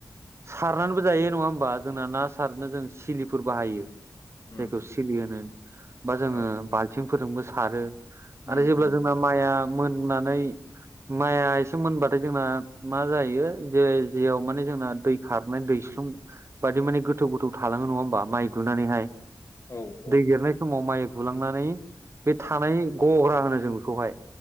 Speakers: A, on the right (about 35°); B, on the left (about 40°).
A: सारनानैबो जायो नङा होमबा? जोंना ना सारनो जों सिलिफोर बाहायो।
B: उम
A: जायखौ सिलि होनो बा जोङो
B: औ
A: बाल्थिंफोरजोंबो सारो।
B: उम
A: आरो जेब्ला
B: उम
A: जोंना माइआ मोननानै माइआ एसे मोनबाथाय जोंना मा जायो जे जेयाव माने जोंना दै खारनाय दैस्लुं बादि माने गोथौ गोथौ थालाङो नङा होमबा माइ गुनानैहाय।
B: औ औ
A: दै देरनाय समाव माइ गुलांनानै बे थानाय गग्रा होनो जों बेखौहाय।